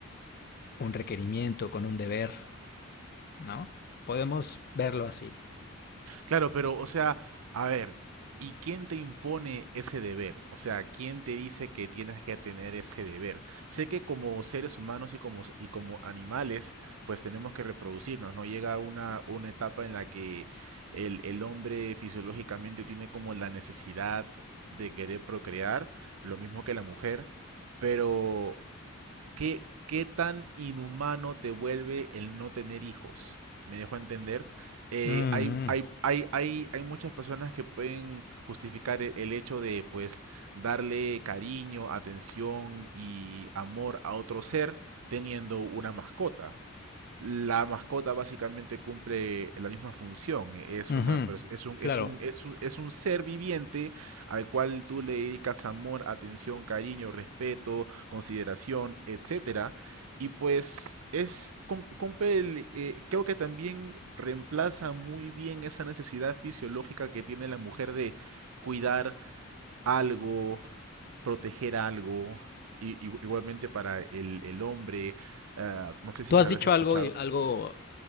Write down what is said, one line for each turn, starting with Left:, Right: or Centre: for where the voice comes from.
Left: un requerimiento, con un deber, ¿no? Podemos verlo así.
Right: Claro, pero, o sea, a ver, ¿y quién te impone ese deber? O sea, ¿quién te dice que tienes que tener ese deber? Sé que como seres humanos y como, y como animales, pues tenemos que reproducirnos, ¿no? Llega una, una etapa en la que el, el hombre fisiológicamente tiene como la necesidad de querer procrear, lo mismo que la mujer, pero ¿Qué, qué tan inhumano te vuelve el no tener hijos? Me dejo entender. Eh,
Left: Mm, mm,
Right: hay, hay, hay, hay, hay muchas personas que pueden justificar e- el hecho de, pues, darle cariño, atención y amor a otro ser teniendo una mascota. La mascota básicamente cumple la misma función. Es
Left: ujú,
Right: una, pers- es un,
Left: Claro.
Right: es un, es un, es un ser viviente al cual tú le dedicas amor, atención, cariño, respeto, consideración, etcétera. Y pues es cum- cumple el, eh, creo que también reemplaza muy bien esa necesidad fisiológica que tiene la mujer de cuidar algo, proteger algo, y, y- igualmente para el, el hombre. ah, no sé si
Left: Tú
Right: es
Left: has
Right: que habrás
Left: dicho
Right: escuchado.
Left: algo, algo